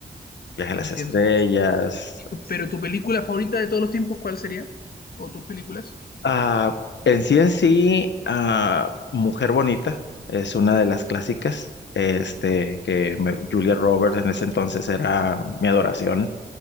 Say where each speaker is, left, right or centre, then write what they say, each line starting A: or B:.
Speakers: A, on the left (about 85°); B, on the left (about 60°).
A: viaje a
B: Entiendo.
A: las estrellas,
B: ¿Y tu- pero tu película favorita de todos los tiempos, ¿cuál sería? ¿O tus películas?
A: Ah, en sí en sí, ah, Mujer Bonita es una de las clásicas, este, que me- Julia Roberts en ese entonces era mi adoración,